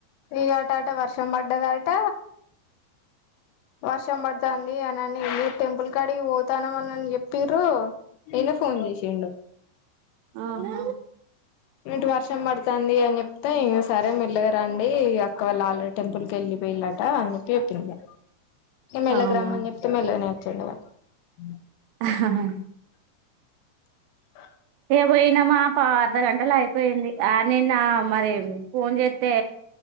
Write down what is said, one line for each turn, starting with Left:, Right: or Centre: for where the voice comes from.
Left: <unintelligible> వర్షం పడ్డదట వర్షం పడుతుంది అనని వెళ్ టెంపుల్ కాడికి పోతానమనిని చెప్పిరు <unintelligible> ఫోన్ చేసిండు
Right: ఆహ
Left: ఇటు వర్షం పడుతుంది అని చెప్తే ఇంగ సరే మెల్లగ రండి అక్క వాళ్ళ ఆల్రెడీ టెంపుల్ వెళ్ళిపోయిలట అని చెప్పి చెప్పింది మెలగ
Right: అవునా
Left: రమ్మని చెప్తే మెల <unintelligible>
Right: ఆా
Left: <inaudible>
Right: ఏ పోయినామా పా అర్ధగంటల అయిపోయింది ఆ నిన్న మరి ఫోన్ చేస్తే